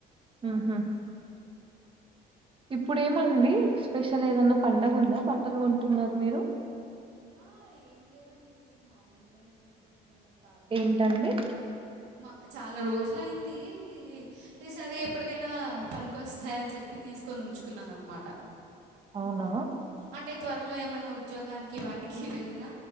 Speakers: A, on the right; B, on the right.
A: హుహు.
B: అలా కూర్చొని ఉన్నాను
A: ఇప్పుడు ఏమండి స్పెషల్ ఏదన్నా పండగ ఉందా బట్టలు కొంటున్నారు మీరు
B: ఆ ఏం లేదండి జస్ట్ మామూలుగానే తీసుకుంటున్నాను చాలా
A: ఏంటండి?
B: రోజులయింది మా చాలా రోజులయింది ఈ సరే ఎప్పటికైనా పనికొస్తాయి అని చెప్పి తీసుకొని ఉంచుకున్నాను అనమాట
A: అవునా
B: అంటే త్వరలో ఏమన్నా ఉద్యోగానికి వాటికి వెళ్ళిన